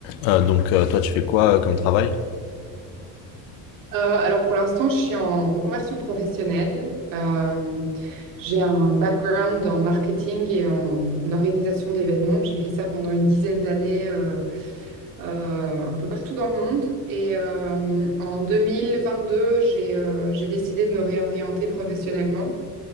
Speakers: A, on the left; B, on the right.
A: Ah, donc euh, toi, tu fais quoi euh, comme travail?
B: Euh, alors pour l'instant, je suis en reconversion professionnelle. Euh, j'ai un background en marketing et en organisation d'événements. J'ai fait ça pendant une dizaine d'années euh, euh, un peu partout dans le monde. Et euh, en 2022, j'ai euh, j'ai décidé de me réorienter professionnellement